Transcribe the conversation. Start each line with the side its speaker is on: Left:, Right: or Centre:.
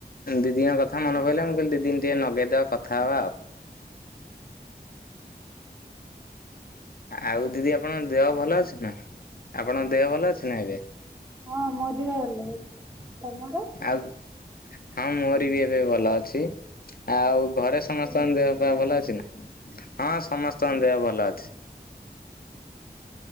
Left: ଦିଦିଙ୍କ କଥା ମନେ ପଇଲା ମୁଁ କହିଲି ଦିଦିକି ଟିକେ ନଗେଇଦବା କଥା ହବା ଆଉ। ଆଉ ଦିଦି ଆପଣଙ୍କ ଦେହ ଭଲ ଅଛି ନା ଆପଣଙ୍କ ଦେହ ଭଲ ଅଛି ନା ଏବେ।
Right: ହଁ, ମୋ ଦେହ ଭଲ ଅଛି। ତମର?
Left: ଆଉ, ହଁ ମୋର ବି ଏବେ ଭଲ ଅଛି। ଆଉ ଘରେ ସମସ୍ତଙ୍କ
Right: ଖୁଡି
Left: ଦେହ
Right: ଦାଦା
Left: ଫେହ ଭଲ ଅଛି ନା? ହଁ ସମସ୍ତଙ୍କ ଦେହ ଭଲ ଅଛି।